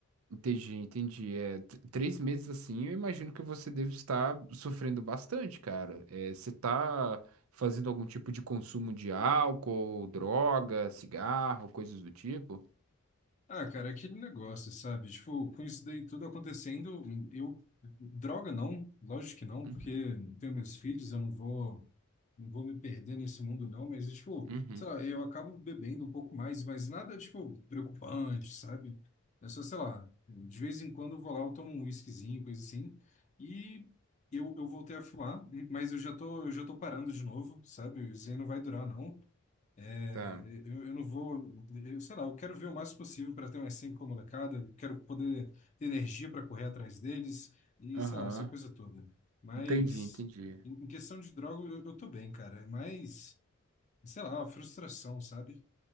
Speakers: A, on the right; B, on the left.
A: Entendi, entendi. É, t- três meses assim, eu imagino que você deve estar sofrendo bastante, cara. É, você tá fazendo algum tipo de consumo de álcool, droga, cigarro, coisas do tipo?
B: Ah, cara, é aquele negócio, sabe? Tipo, com isso daí tudo acontecendo, eu. Droga não, lógico que não,
A: Uhum,
B: porque eu tenho meus filhos, eu não vou. Não vou me perder nesse mundo, não, mas, tipo,
A: uhum,
B: sei lá, eu acabo bebendo um pouco mais, mas nada, tipo, preocupante, sabe? É só, sei lá, de vez em quando eu vou lá, eu tomo um whiskyzinho, coisa assim, e eu, eu voltei a fumar, mas eu já tô, eu já tô parando de novo, sabe? Isso aí não vai durar, não. É,
A: tá.
B: Eu, eu não vou, eu, sei lá, eu quero ver o máximo possível para ter umas cinco com a molecada, eu quero poder ter energia para correr atrás deles e
A: Aham,
B: sei lá, essa coisa toda. Mas
A: Entendi, entendi.
B: em, em questão de droga, eu, eu tô bem, cara. É mais, sei lá, a frustração, sabe?